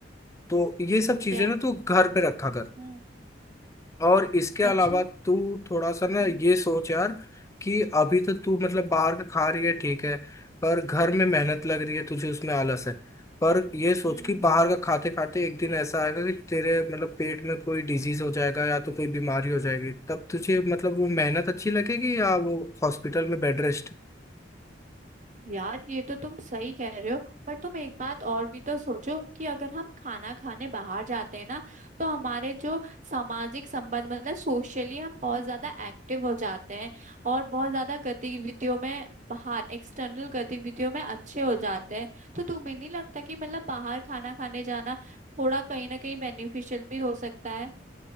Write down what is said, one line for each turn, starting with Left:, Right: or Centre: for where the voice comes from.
Left: तो ये सब चीजें
Right: क्या-
Left: ना तू घर पे रखा कर
Right: हम्म
Left: और इसके अलावा
Right: अच्छा
Left: तू थोड़ा सा ना
Right: हम्म
Left: ये सोच यार कि अभी तो तू मतलब बाहर का खा रही है ठीक है पर घर में
Right: हम्म,
Left: मेहनत लग रही है तुझे उसमें आलस है पर ये सोच
Right: हम्म।
Left: कि बाहर का खाते खाते एक दिन ऐसा आएगा कि तेरे मतलब पेट में कोई डिजीज हो जाएगा या तो कोई बीमारी हो जाएगी तब तुझे मतलब वो मेहनत अच्छी लगेगी या वो हॉस्पिटल में बेड रेस्ट
Right: यार ये तो तुम सही कह रहे हो पर तुम एक बात और भी तो सोचो कि अगर हम खाना खाने बाहर जाते हैं ना तो हमारे जो सामाजिक संबंध मतलब सोशली हम बहुत ज्यादा एक्टिव हो जाते हैं और बहुत ज्यादा गतिविधियों में बाहर एक्सटर्नल गतिविधियों में अच्छे हो जाते हैं तो तुम्हें नहीं लगता कि मतलब बाहर खाना खाने जाना थोड़ा कहीं ना कहीं बेनिफिशियल भी हो सकता है